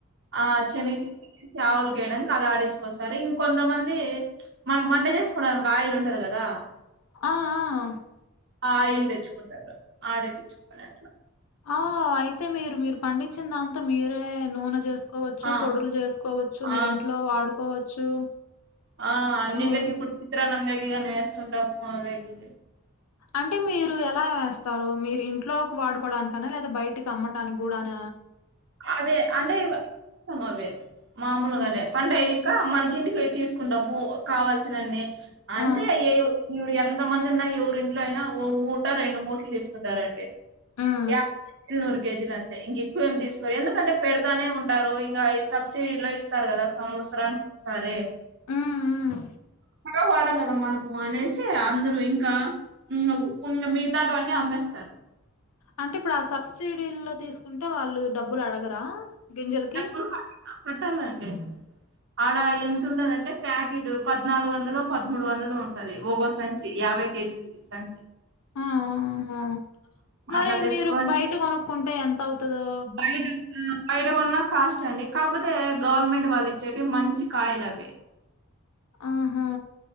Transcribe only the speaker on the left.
ఆ ఆ
ఆ అయితే మీరు మీరు పండించిన దాంతో మీరే నూనె చేస్త కోవచ్చు
పొడులు చేసుకోవచ్చు మీరు
ఇంట్లో వాడుకోవచ్చు
ఓహ్!
అంటే మీరు ఎలా వేస్తారు మీరు ఇంట్లోకి వాడుకోవడానినికన లేదా బయటికి అమ్మటానికి కూడాన
హ్మ్.
ఆ!
హ్మ్.
హ్మ్ హ్మ్.
అంటే ఇప్పుడు ఆ సబ్సిడీల్లో తీసుకుంటే వాళ్ళు డబ్బులు అడగరా గింజలకి?
ఆ!
ఆ! ఆహా! మరి
మీరు బయట కొనుక్కుంటే ఎంతవుతదో?
ఆహా